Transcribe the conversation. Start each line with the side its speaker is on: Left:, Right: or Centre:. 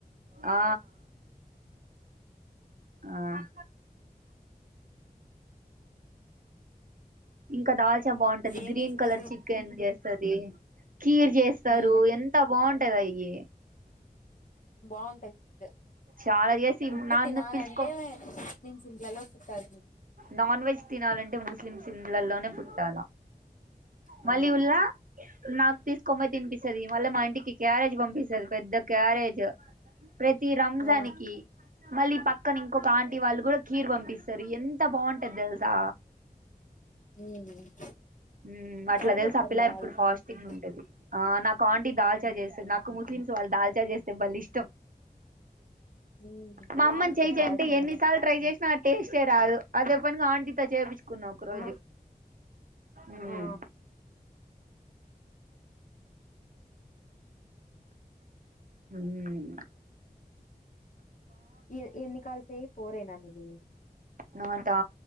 Right: ఆ ఆ ఇంకా దాల్ తే బాగుంటది
Left: ఏం
Right: గ్రీన్
Left: చేసింది
Right: కలర్ చికెన్ చేస్తది కీర్ చేస్తారు
Left: ఉమ్
Right: ఎంత బాగుంట్ టదయిగీ
Left: బాగుంటది ఫుడ్
Right: చాలా చేసి
Left: ఫుడ్
Right: నాన్న
Left: తినాలంటే
Right: పిలుచుకో
Left: ముస్లిమ్స్ ఇంట్లలో చుట్టాలు
Right: నాన్ వెజ్ తినాలంటే ముస్లిమ్స్ సిండ్లలోనే పుట్టాల
Left: ఆ
Right: మళ్ళీ ఉల్లా నాకు తీసుకోని పోయి తినిపిస్తది మళ్ళీ మా ఇంటికి క్యారేజ్ పంపిస్తది పెద్ద క్యారేజ్ ప్రతి రా
Left: ఆ
Right: దానికి మళ్ళీ పక్ క్కన ఇంకొక ఆంటీ వాళ్ళు కూడా కీరు పంపిస్తారు ఎంత బాగుంటది తెలుసా
Left: ఉమ్
Right: మ్మ్ అట్ల
Left: బాగా
Right: తెలుసు
Left: చేస్తారు
Right: ఆ పిల్ల
Left: మా
Right: ఇప్పుడు
Left: వాళ్ళు
Right: ఫాస్టింగ్
Left: వంటలు
Right: ఉంటది ఆ నాక్ కాండి దాల్చా
Left: ఉమ్
Right: చేస్తారు నాకు ముస్లిమ్ వాళ్ళుదాల్చార్ చేస్తే బలిష్టం.
Left: ఉమ్
Right: మా
Left: బాగుంటది
Right: అమ్మని చేయ్ చేయ్
Left: దాల్చా
Right: అంటే ఎన్నిసార్లు
Left: కూడా
Right: ట్రై చేసినా అట్ టేస్టే రాదు అదే పనిగా ఆంటీతో చేపిచ్చు కున్న ఒక రోజు
Left: ఆ
Right: ఊమ్మ్
Left: ఆ
Right: ఉమ్మ్
Left: ఎ ఎన్ని కాలుస్తది. ఫోరేనా నీది
Right: నోటా